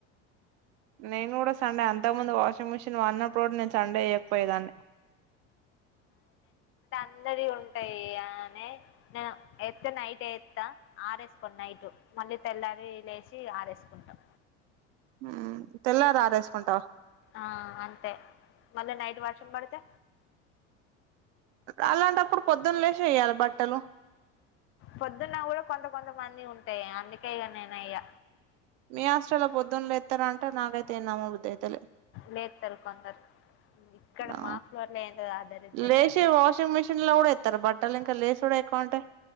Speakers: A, on the right (about 65°); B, on the left (about 35°).
A: నేను కూడా సండే అంత ముందు వాషింగ్ మిషన్ వా రోడ్ నుంచి అండే ఏయకపోయేదాన్ని
B: అందరి ఉంటాయి అని నేను ఎత్తే నైట్ ఎత్తే ఆరేసుకోండి నైట్ మళ్ళీ తెల్లారి లేసి ఆరేసుకుంటాం
A: ఉ తెల్లారి ఆరెసుకుంటా
B: ఆ అంతే మళ్ళ నైట్ వర్షం బడితే
A: అలాంటప్పుడు పొద్దున్న లేచి వెయ్యాలి బట్టలు
B: పొద్దున్న కూడా కొంత కొంతమంది ఉంటాయి అందుకే ఇక నేను ఇగ
A: మీ హాస్టల్లో పొద్దున లేత్తార అంటే నాగైతే నమ్మబుద్ధి అయితలే
B: లేదు తారు కొందరు ఇక్కడ
A: ఆ
B: మా ఫ్లోర్ లో ఏందో ఆ దరిద్రం
A: లేసి
B: గాని
A: వాషింగ్ మిషిన్ లో కూడా ఎత్తారు బట్టలు ఇంకా లేస కూడా కొంటే